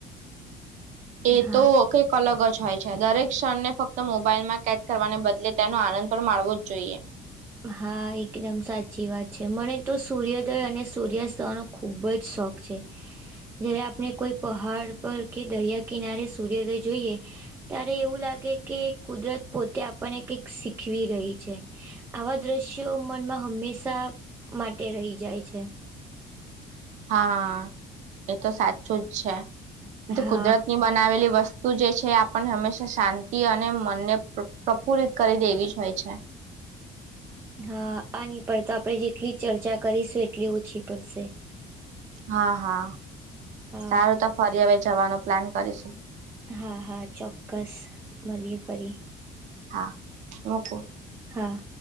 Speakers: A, on the right; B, on the right.
A: એ
B: હા
A: તો કંઈક અલગ જ હોય છે દરેક ક્ષણ ને ફક્ત મોબાઈલમાં કેદ કરવાને બદલે તેનો આનંદ પણ માણવો જ જોઈએ.
B: હા એકદમ સાચી વાત છે મને તો સૂર્યોદય અને સૂર્યાસ્તનો ખૂબ જ શોખ છે. જ્યારે આપણે કોઈ પહાડ પર કે દરિયા કિનારે સૂર્યોદય જોઈએ. ત્યારે એવું લાગે કે કુદરત પોતે આપણને કઈક શીખવી રહી છે. આવા દ્રશ્યો મનમાં હંમેશા માટે રહી જાય છે.
A: હા એ તો સાચું જ છે એ
B: હા
A: કુદરતની બનાવેલી વસ્તુ તું જે છે આપણને હંમેશા શાંતિ અને મનને પ્રફુલ્લિત કરી દેવી જ હોય છે.
B: હા આની પર તો આપડે જેટલી ચર્ચા કરીશું એટલી ઓછી પડશે.
A: હા હા
B: હા
A: સારું તો ફરી હવે જવાનો પ્લાન કરીશુ.
B: હા હા ચોક્કસ મળીએ ફરી.
A: હા મૂકું
B: હા.